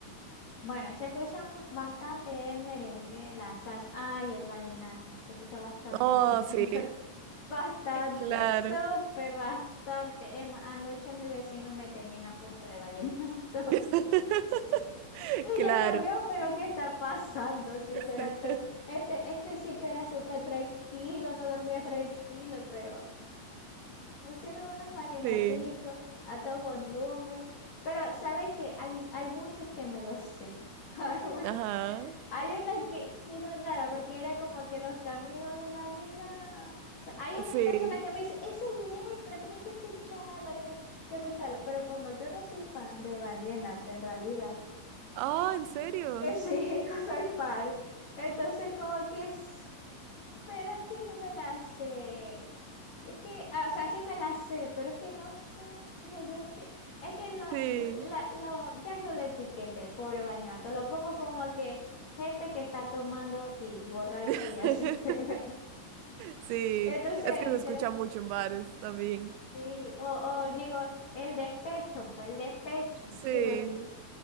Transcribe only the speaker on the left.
Bueno, se escucha bastante el merengue, la salsa, ay, el vallenato, se escucha bastante
aquí. <laughs>
Bastante,
súper bastante. Emma, anoche mis vecinos me tenían a punta de vallenato.
<laughs> Y
ya, Dios mío, pero ¿qué está pasando? Si esto
era todo- este, este sitio era súper tranquilo, no dormía tranquilo, pero pusieron unos vallenaticos
a todo volumen. Pero, ¿saben qué? Hay, hay muchos que me los sé. <laughs> Hay muchos.
Hay una que, que era rara porque era como que los caminos de la vida. o sea, hay unas
personas que me dicen, esa es letra, tenés que escucharla, tenés que escucharla. Pero como yo no soy fan de Vallenato en realidad,
eh, sí, <laughs> no soy fan. Entonces, como que es. Pero es que no me la sé. Es que, ah, o sea, sí me la sé, pero es que no sé. Dije Yo, es que, es que lo,
la- lo- ya yo lo etiqueté, el pobre vallenato. Lo pongo como que gente que está tomando y borracha
y así. <laughs>
Entonces,
yo la-
sí, o, o digo, el despecho, pues el despecho.
Digo,